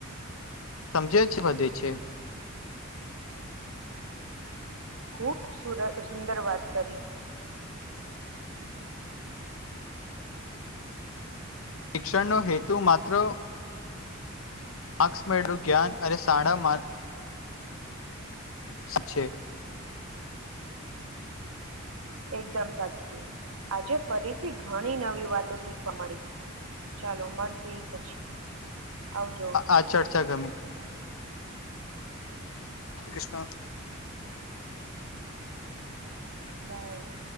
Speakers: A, on the left; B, on the right.
A: સમજે વધે છે.
B: ખૂબ સુરત સુંદર વાત કરી.
A: શિક્ષણનો હેતુ માત્ર,
B: <unintelligible>
A: માર્ક્સ મેળવું જ્ઞાન અરે સારા માર્કસ છેે. <unintelligible>
B: એકદમ સાચું આજે ફરીથી ઘણી નવી વાતો શીખવા મળી ચાલો મળશે પછી. આવજો
A: આ ચર્ચા ગમી. હરે કૃષ્ણ. <unintelligible>
B: બાય.